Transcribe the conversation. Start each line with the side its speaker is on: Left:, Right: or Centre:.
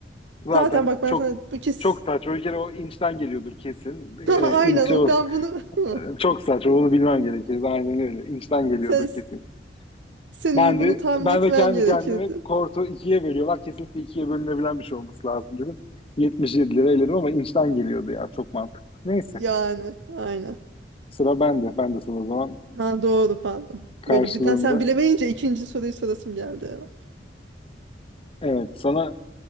Left: Zaten
Right: Zaten bak ben
Left: çok
Right: sana bu kes
Left: çok saçma. Bir kere o inçten geliyordur kesin. Ee,
Right: <laughs> aynen
Left: inç
Right: o
Left: o.
Right: ben bunu <laughs>
Left: Ee, Çok saçma. Bunu bilmem gerekir. Aynen öyle. İnçten geliyordur
Right: sen
Left: kesin.
Right: senin
Left: Ben
Right: bunu
Left: de
Right: tahmin
Left: ben
Right: etmen
Left: de kendi
Right: gerekirdi.
Left: kendime kortu ikiye bölüyorlar. Kesinlikle ikiye bölünebilen bir şey olması lazım dedim. 77 lira eledim ama inçten geliyordu ya. Çok mantıklı. Neyse.
Right: Yani aynen.
Left: Sıra bende. Ben de sana o zaman
Right: Ha doğru pardon.
Left: karşılığında.
Right: Böyle birden sen bilemeyince ikinci soruyu sorasım geldi eve.
Left: Evet, sana